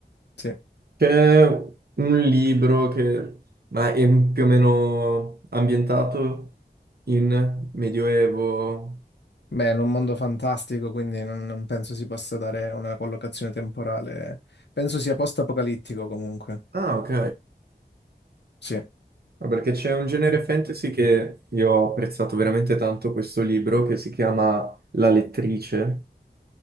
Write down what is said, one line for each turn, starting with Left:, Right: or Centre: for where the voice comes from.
Left: Sì.
Right: C'è un libro che ma è più o meno ambientato in Medioevo.
Left: Beh, è un mondo fantastico, quindi non, non penso si possa dare una collocazione temporale. Penso sia post-apocalittico comunque.
Right: Ah, ok.
Left: Sì,
Right: Ah, Perché c'è un genere fantasy che io ho apprezzato veramente tanto questo libro che si chiama La lettrice,